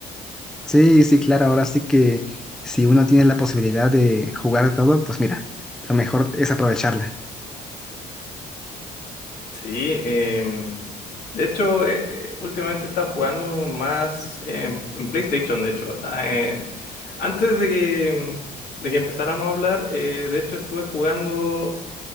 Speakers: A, in the centre; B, on the left.
A: Sí, sí, claro. Ahora sí que si uno tiene la posibilidad de jugar todo, pues mira, lo mejor es aprovecharla.
B: Sí, em, de hecho, eh, eh, últimamente he estado jugando más en, en PlayStation, de hecho. Eh, antes de que, de que empezáramos a hablar, eh, de hecho estuve jugando